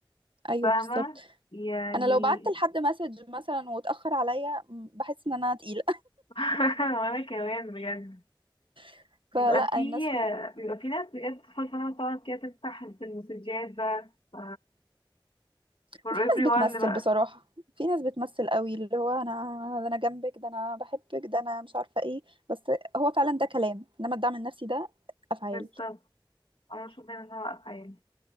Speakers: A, on the right; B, on the left.
A: ايوه
B: فاهمة
A: بالظبط
B: يعني
A: انا لو بعت لحد مسج مثلا واتاخر عليا مم، بحس ان انا تقيله
B: <laughs> وانا كمان بجد
A: <laughs> فلا
B: بيبقى في
A: الناس
B: بيبقى في ناس بجد تدخل فاهمة تقعد كده تفتح في المسجات بقى ف- for
A: وفي
B: everyone
A: ناس بتمثل
B: بقى
A: بصراحة في ناس بتمثل قوي اللي هو انا انا ده أنا جنبك ده انا بحبك ده انا مش عارفة ايه بس هو فعلا ده كلام انما الدعم النفسي ده افعال
B: بالظبط انا مش دايما ان انا واقفة يعني